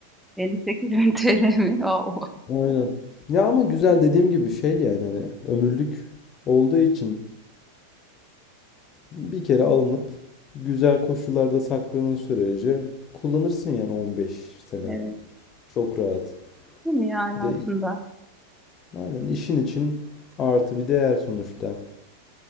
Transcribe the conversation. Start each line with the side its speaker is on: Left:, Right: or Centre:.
Centre: 58 bin <laughs> TL mi? Oo,
Left: Aynen. Ya ama güzel dediğim gibi şey yani hani ömürlük olduğu için bir kere alınıp güzel koşullarda sakladığın sürece kullanırsın yani 15 sene.
Centre: evet
Left: Çok rahat.
Centre: değil mi yani
Left: Bir de
Centre: aslında?
Left: aynen işin için artı bir değer sonuçta.